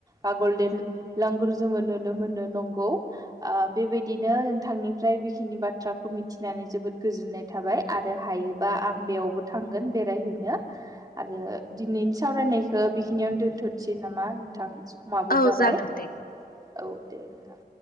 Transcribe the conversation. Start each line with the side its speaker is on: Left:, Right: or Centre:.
Right: बा गल्डेन लांगुर जोङो नुनो मोन ओ नंगो ओ बेबायदिनो नोंथांनिफ्राय बेखिनि बाथ थ्राखौ मिथिनानै जोबोद गोजोननाय थाबाय आरो हायोबा आं बेयावबो थांगोन बेरायहैनो आरो दिनैनि सावरायनायखौ बेखिनियावनो दोन्थ'सै नामा नोंथां । माबो
Left: औ
Right: जाबाय
Left: जागोन
Right: औ
Left: दे
Right: दे नोंथां ।